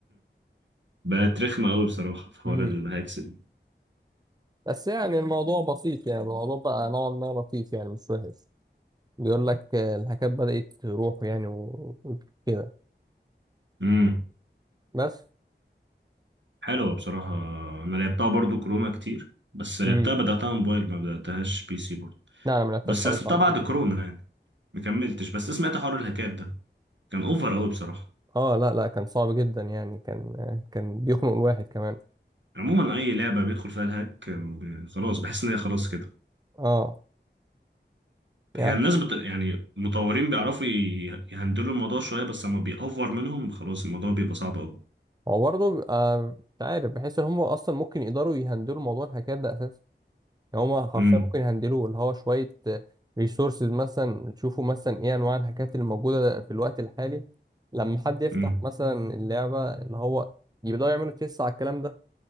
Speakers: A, on the right; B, on the right.
A: بقت رخمة أوي بصراحة في حوار
B: امم
A: الهاكس دي
B: بس يعني الموضوع بسيط يعني الموضوع بقى نوعا ما لطيف يعني مش وحش بيقول لك آه، الهكات بدأت تروح يعني و- وكده
A: امم
B: بس
A: حلوة بصراحة أنا لعبتها برضو كورونا كتير بس لعبتها
B: امم
A: بدأتها موبايل ما بدأتهاش بي سي برضو
B: لا انا ما لعبتهاش
A: بس
B: خالص
A: أنا سبتها
B: على
A: بعد
B: البيت
A: كورونا يعني ما كملتش بس سمعت حوار الهاكات ده كان أوفر أوي بصراحة
B: اه لا لا كان صعب جدا يعني كان آه، كان بيخنق الواحد كمان
A: عموما أي لعبة بيدخل فيها الهاك آه، خلاص بحس إن هي خلاص كده
B: اه يعني
A: هي الناس بت... يعني المطورين بيعرفوا ي- يهندلوا الموضوع شوية بس لما بيأوفر منهم خلاص الموضوع بيبقى صعب
B: هو برضه بيبقى مش عارف بحس ان هم اصلا ممكن يقدروا يهندلوا موضوع الهكات ده يعني هما حرفيا
A: أوي
B: ممكن يهندلوا اللي هو شوية ريسورسز مثلا تشوفوا مثلا ايه انواع الحاجات اللي موجودة في الوقت الحالي لما حد يفتح
A: امم
B: مثلا اللعبة اللي هو يبدأوا يعملوا تيست على الكلام ده